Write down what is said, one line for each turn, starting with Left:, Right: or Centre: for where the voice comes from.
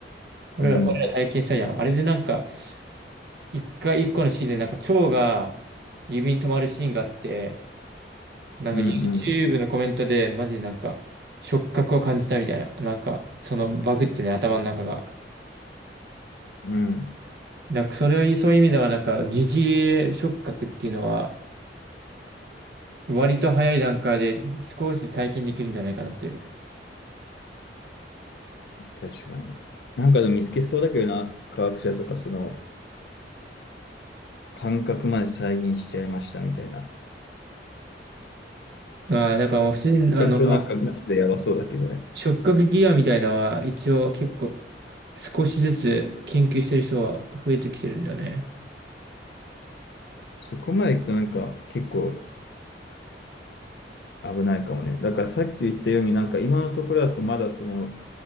Right: 俺ら、
Left: うん。
Right: 俺ら体験したじゃん。あれでなんか、一回一個のシーンでなんか蝶が指に止まるシーンがあって、なんか
Left: うんうん。
Right: YouTube のコメントでマジでなんか、触覚を感じたみたいな。なんか、そのバグってね、頭の中が。
Left: うん。
Right: だからそれは、そういう意味ではなんか、疑似触覚っていうのは、割と早い段階で少し体験できるんじゃないかなっていう。
Left: 確かに。なんかでも見つけそうだけどな、科学者とかその感覚まで再現しちゃいましたみたいな。
Right: ああ、だからもう普通に、
Left: そこまで行くとなんかガチでやばそうだけどね。
Right: あの、触覚ギアみたいなのは一応結構少しずつ研究してる人は増えてきてるんだよね。
Left: そこまで行くとなんか結構危ないかもね。だからさっき言ったようになんか今のところだとまだその